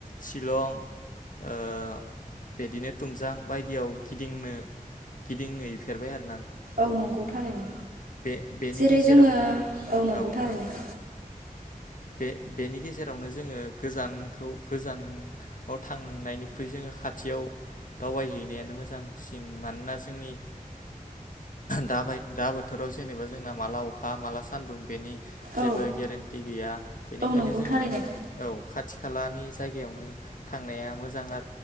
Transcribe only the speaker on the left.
शिलं ओ बिदिनो थुमजां बायदियाव गिदिंनो गिदिं फेरबाय आरो
बे बेनि
गेजेराव
औ नोंथां
बे बेनि गेजेरावनो जोङो गोजानखौ गोजानाव थांनायनिख्रुइ जोङो खाथियाव दावबायहैनायानो मोजांसिन मानोना जोंनि दाबाय दा बोथोराव जेनेबा जोंना माला अखा माला सान्दुं बेनि जेबो
गेरेन्टि गैया बेनिखायनो
जोङो
औ खाथि खाला मानि जायगायावनो थांनाया मोजां आ